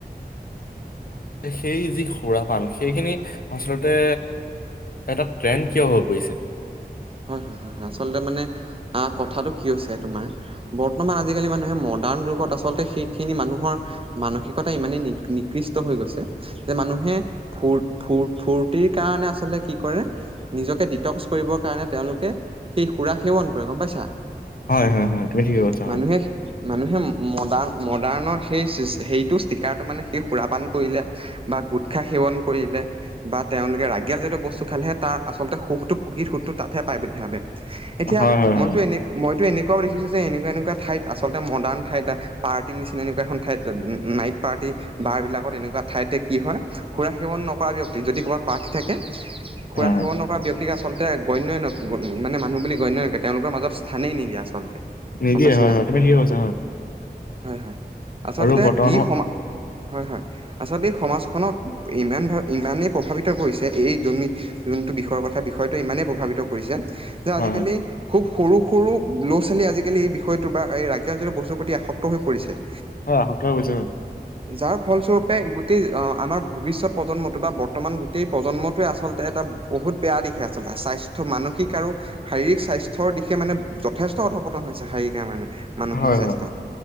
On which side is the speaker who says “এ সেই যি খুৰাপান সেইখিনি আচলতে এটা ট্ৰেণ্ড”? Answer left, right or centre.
Left